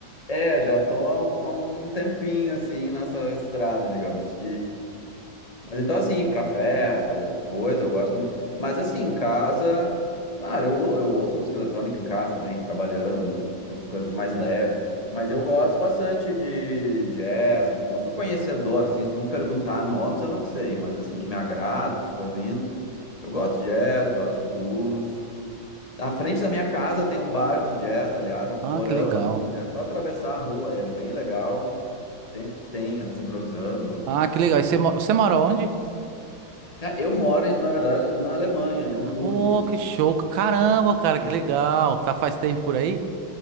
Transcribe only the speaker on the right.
Ah,
que legal.
Ah, que legal. E você, mo- você mora onde?
Oh, que show. Caramba, cara,
que legal. Tá faz tempo por aí?